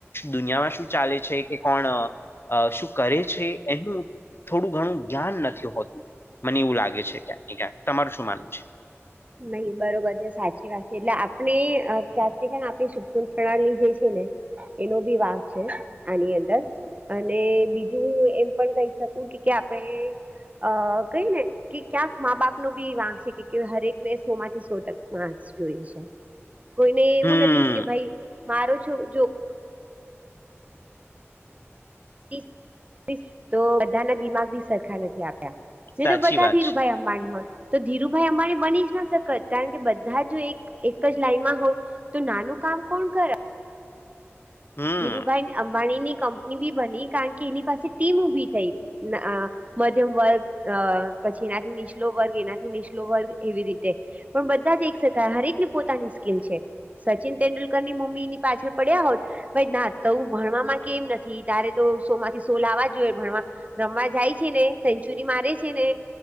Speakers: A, on the left; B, on the right.
A: દુનિયામાં શું ચાલે છે કે કોણ અ શું કરે છે એનું થોડું ઘણું જ્ઞાન નથી હોતું મને એવું લાગે છે ક્યાંક ને ક્યાંક તમાર શું માનવું છે.
B: નહી બરોબર છે સાચી વાત છે એટલે આપણે ક્યાંક ને ક્યાંક આપણી શિક્ષણ પ્રણાલી જે છે ને એનો ભી વાક છે આની અંદર અને બીજું હું એમ પણ કહી શકું કે આપણે અ કઈ ને કે ક્યાંક મા બાપ નુ બી વાક છે કે હરેક ને સો માંથી સો ટક માર્સ જોઈય છે કોઈને એવું
A: હમ
B: નથી કે ભાઈ મારો છો જો <unintelligible> તો બધાના દિમાગ બી સરખા નથી આપ્યા નહી
A: સાચી
B: તો બધા
A: વાત
B: ધીરુ
A: છે
B: ભાઈ પાણી માં હોય તો ધીરુભાઈ અંબાણી બની જ ના સકત કારણ કે બધા જો એક એક જ લાઈનમાં હોય તો નાનું કામ કોણ કરે.
A: હમ
B: ધીરુભાઈ અંબાણીની કંપની ભી બની કારણ કે એની પાસે ટીમ ઉભી થઈ અ મધ્યમ વર્ગ પછી અ એનાથી નીચલો વર્ગ એનાથી નીચલો વર્ગ એવી રીતે પણ બધા જ એક શકાય હરેકને પોતાની સ્કીલ છે સચિન તેંડુલકરની મમ્મીની પાછળ પડ્યા હોત ભાઈ નાતું ભણવામાં કેમ નથી તારે તો સોમાંથી સો લાવવા જોઈએ ભણવામાં રમવા જાય છે ને સેન્ચુરી મારે છે ને